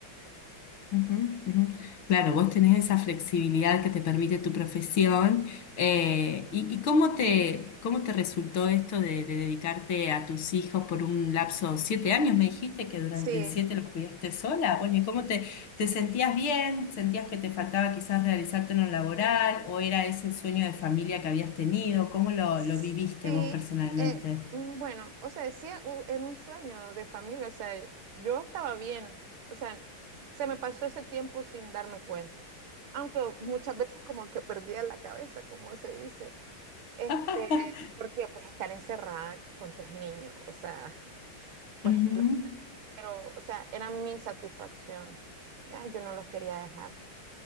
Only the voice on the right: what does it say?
Sí,
sí.
eh, mm, bueno, o sea, sí eh, u- era un sueño de familia. O sea, yo estaba bien. O sea, se me pasó ese tiempo sin darme cuenta. Aunque muchas veces como que perdía la cabeza, como se dice. Este,
porque pues estar encerrada con tres niños, o sea, pues
lo, pero, o sea, era mi satisfacción, ya, yo no los quería dejar.